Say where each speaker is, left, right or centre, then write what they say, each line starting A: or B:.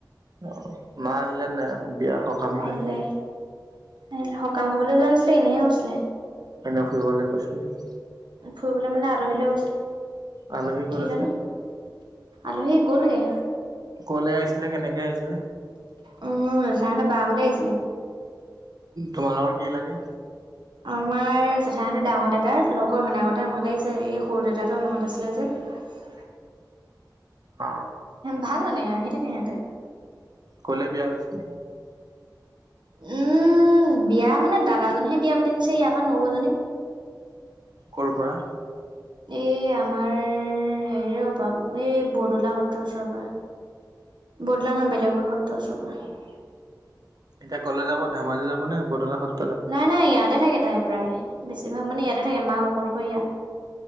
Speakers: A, on the right; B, on the right.
A: অ মা আহিলে নে নাই। বিয়া সকাম
B: আহিলে
A: খাই
B: আহিলে সকাম খাবলৈ যোৱা নাছিলে এনেহে গৈছিলে।
A: এনে ফুৰিবলৈ গৈছিলোঁ।
B: ফুৰিবলৈ মানে আলহী লৈ গৈছিলে
A: আলহী ক'ত
B: কিজানি
A: আছে
B: আলহী। গ'লগে।
A: ক'লৈ আহিছিলে কেনেকে আহিছিলে।
B: উম তাহঁতে বা ঘৰলে আহিছিলে।
A: তোমাৰলোকৰ কি লাগে।
B: <unintelligible>
A: অ
B: ভাল মানে আহি থাকে সিহঁতে।
A: কলৈ বিয়া হৈছে।
B: উম বিয়া মানে দাদাজনীহে বিয়া পাতি নিছে ইয়াৰ পৰা নবৌ জনীক।
A: ক'ৰ পৰা।
B: এই আমাৰ হেৰিৰ পৰা এই বৰদলা সত্ৰৰ ওচৰৰ পৰা। বৰদলা নহয় বেলেগ সত্ৰৰ ওচৰৰ পৰা।
A: এতিয়া কলৈ যাব ধেমাজি যাব নে বৰদলা সত।
B: নাই নাই ইয়াতে থাকে তাই প্ৰায় বেছিভাগ মানে ইয়াতে থাকে মাক অকলশৰীয়া।